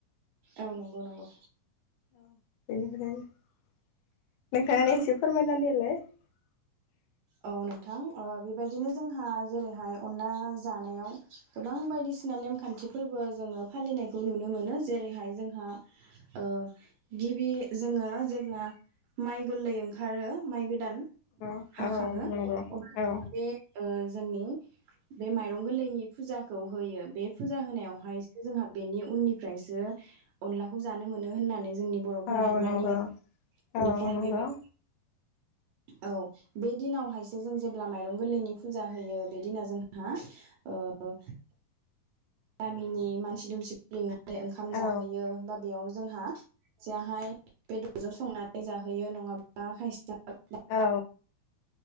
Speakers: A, on the right; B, on the left.
A: औ नंगौ नंगौ
B: <inaudible>
A: औ नोंथां बेबायदिनो जोंहा जेरैहाय अनला जानायाव गोबां बायदिसिना नेमखान्थि फोरबो जोङो फालिनायखौ नुनो मोनो जेरैहाय जोंहा गिबि जोङो जेब्ला माइ गोरलै ओंखारो माइ गोदान
B: औ
A: हाखाङो
B: औ नंगौ
A: अब्ला
B: औ
A: बे ओ जोंनि बे माइरं गोरलैनि फुजाखौ होयो बे फुजा होनायावहाय जोंहा बेनि उननिफ्रायसो अनलाखौ जानो मोनो मोनो होननानै जोंनि बर'फोराहाय
B: औ नंगौ
A: मानियो बेनिफ्राय
B: औ नंगौ
A: बेबाय औ बे दिनावहायसो जों जेब्ला माइरं गोरलैनि फुजा होयो बे दिनाव जोंहा ओ गामिनि मानसि दुमसिखौ लिंना ओमफ्राय ओंखाम
B: औ
A: जाहोयो बा बेयाव जोंहा जेरावहाय बेदरजों संनानै जाहोयो नङाब्ला खायसेया
B: औ